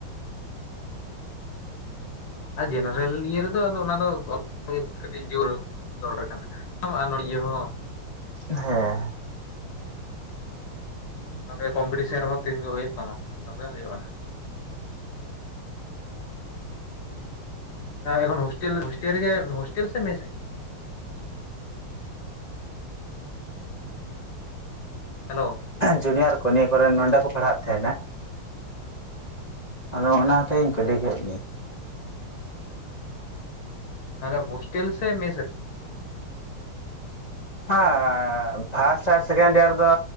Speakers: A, on the left (about 75°); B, on the left (about 40°).
A: ᱟᱨ ᱡᱮᱱᱟᱨᱮᱞ ᱤᱭᱟᱹ ᱨᱮᱫᱚ ᱟᱫᱚ ᱚᱱᱟ ᱫᱚ ᱚ ᱠᱟᱹᱴᱤᱡ ᱡᱳᱨ ᱫᱚᱨ ᱠᱟᱱᱟ ᱱᱚ ᱜᱮ ᱦ <unintelligible>
B: ᱦᱮᱸ
A: ᱱᱚᱰᱮ ᱠᱚᱢᱯᱤᱴᱤᱥᱮᱱ ᱨᱮᱦᱚᱸ ᱛᱤᱸᱜᱩ ᱦᱩᱭᱩᱜ ᱛᱟᱢᱟ ᱛᱚᱵᱮ ᱦᱩᱭᱩᱜᱼᱟ ᱮᱠᱷᱚᱱ ᱦᱳᱥᱴᱮᱞ ᱦᱳᱥᱴᱮᱞ ᱨᱮ ᱜᱮ ᱦᱳᱥᱴᱮᱞ ᱥᱮ ᱢᱮᱥ ᱜᱮ ᱦᱮᱞᱳ
B: ᱡᱩᱱᱤᱭᱟᱨ ᱠᱚ ᱱᱤᱭᱟᱹ ᱠᱚᱨᱮᱱ ᱱᱚᱰᱮ ᱠᱚ ᱯᱟᱲᱦᱟᱜ ᱛᱟᱦᱮᱸᱱᱟ ᱟᱫᱚ ᱚᱱᱟ ᱛᱮᱦᱮᱧ ᱠᱚ ᱞᱟᱹᱭ ᱠᱟᱜ
A: <inaudible> ᱛᱟᱦᱚᱞᱮ ᱦᱳᱥᱴᱮᱞ ᱥᱮ ᱢᱮᱥ ᱨᱮ
B: ᱟᱜ ᱯᱟᱥ ᱟᱨ ᱥᱮᱴᱮᱱᱰ ᱤᱭᱟᱨ ᱫᱚ